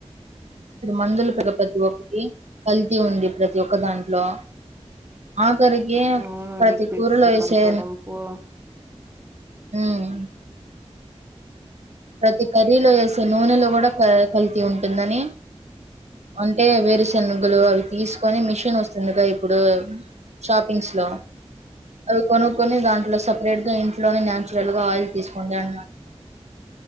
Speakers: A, on the right (about 80°); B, on the right (about 20°).
A: <inaudible> మందులు కదా ప్రతి ఒక్కటి కల్తీ ఉంది ప్రతి ఒక్క దాంట్లో ఆఖరికి
B: ఆ
A: ప్రతికూరలో
B: లిక్విడ్స్ కలపడం
A: ఎసే
B: పో ఆ
A: మ్ ప్రతి కర్రీలో ఏసే నూనెలో కూడా క కల్తి ఉంటుందని అంటే వేరుశెనుగులు అవి తీసుకొని మిషన్ వస్తుందిగా ఇప్పుడు షాపింగ్స్ లో అవి కొనుక్కొని దాంట్లో సపరేట్ గ ఇంట్లోనే నేచరల్ గా ఆయిల్ తీసుకోండి అ అన్నారు